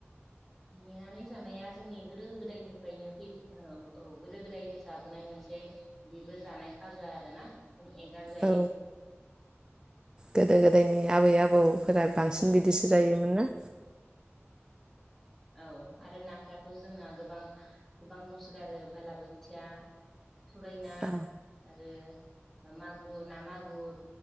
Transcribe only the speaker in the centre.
नेनानै जानाया जोंनि गोदो गोदायनिफ्रायनो फै औ औ गोदो गोदायनो जा बोनाय मोनसे बेबो जानाय खाजा आरोना एंगारजायै।
आरो
जों
औ आरो नाफ्राथ जोंना गोबां गोबां न'स गारो बालाबोथिया थुरायना
आरो मागुर ना मागुर